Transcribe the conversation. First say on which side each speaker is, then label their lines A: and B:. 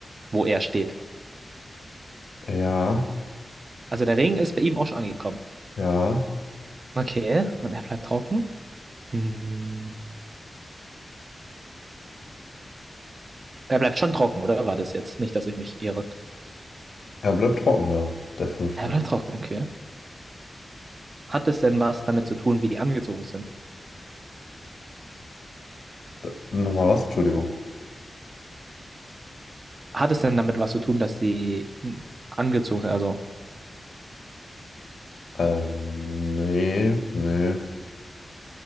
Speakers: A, on the right; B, on the left.
A: wo er steht.
B: Ja,
A: Also der Regen ist bei ihm auch schon angekommen.
B: ja.
A: Okay, und er bleibt trocken. Hm. Er bleibt schon trocken, oder war das jetzt? Nicht, dass ich mich irre.
B: Er bleibt trocken, ja, der fünfte.
A: Er bleibt trocken, okay. Hat es denn was damit zu tun, wie die angezogen sind?
B: Äh, Nochmal was? Entschuldigung.
A: Hat es denn damit was zu tun, dass sie hm, angezogen sind? Also,
B: Ähm, nee, nee,